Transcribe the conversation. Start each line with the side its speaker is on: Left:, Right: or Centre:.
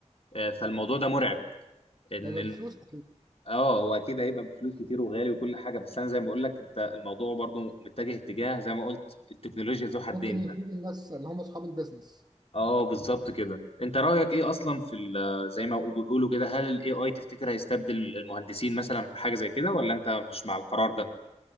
Left: آه، فالموضوع ده مرعب ان
Right: ده يبقى بفلوس اكيد
Left: اه هو اكيد هيبقى بفلوس كتير وغالي وكل حاجه بس انا زي ما بقول لك انت الموضوع برضو متجه اتجاه زي ما قلت التكنولوجيا ذو حدين
Right: ممكن يفيد الناس اللي هم اصحاب البيزنس
Left: اه بالظبط كده انت رايك ايه اصلا في ال- زي ما بيقولوا كده هل الاي اي تفتكر هيستبدل المهندسين مثلا في حاجه زي كده ولا انت مش مع القرار ده